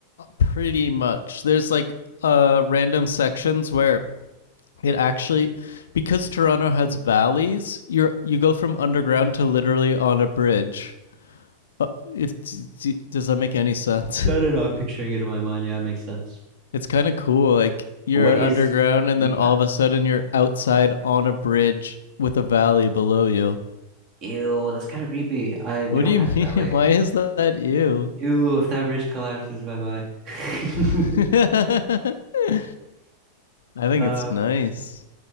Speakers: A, on the left; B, on the right.
A: pretty much. There's like uh random sections where it actually because Toronto has valleys, you're you go from underground to literally on a bridge. Uh, if does that make any sense?
B: No, no, no.
A: <laughs>
B: I'm picturing it in my mind. Yeah, it makes sense.
A: It's kind of cool. Like you're
B: What is
A: underground and
B: we?
A: then all
B: I-
A: of a sudden you're outside on a bridge with a valley below you.
B: Ew, that's kind of creepy. I we
A: What
B: don't
A: do you
B: have
A: <laughs> mean?
B: valets.
A: Why is that you?
B: Ew, if that bridge collapses, bye bye. <laughs>
A: <laughs> I think
B: Uh,
A: it's nice.